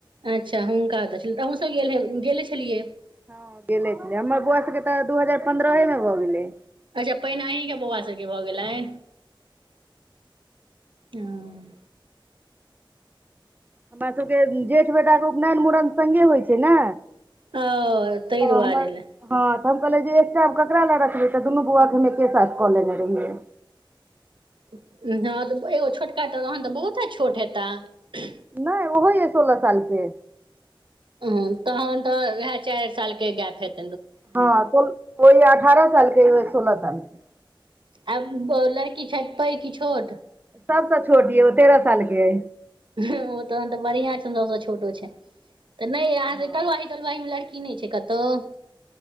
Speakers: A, on the right; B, on the right.
A: अच्छा हुनका तऽ छलै तऽ अहूँसभ गेले हेब गेले छलियै
B: हँ गेले छलै हमर बौआ सबके तऽ दू हजार पन्द्रहे मे भऽ गेलै
A: अच्छा पहिने अहीं के बौआ सबके भऽ गेलनि हँ
B: हमरा सभके जेठ बेटाके उपनयन मूड़न सङ्गे होइ छै ने
A: ओ तै
B: तऽ
A: दुआरे
B: हमर
A: लय
B: हँ तऽ हम कहले जे एकटा ककरा लए रखबै तऽ दुनू बौआ के हम एके साथ कऽ लेने रहियै
A: हँ तऽ एगो छोटका तहन तऽ बहुते छोट हेताह
B: नहि ओहो यए सोलह साल के
A: ह तहन तऽ उएह चायर साल के गैप हेते
B: हँ सोहि अठारह सालके सोलह सालके
A: आ लड़की छ पइ की छोट
B: सबसेछोटी ह ओ तेरह साल के है
A: ओ तहन तऽ बढ़ियां छै सब छोटो छै त नहि अहाँ
B: हँ
A: तयौ अहके अहा केलड़की की नहि छै क तऽ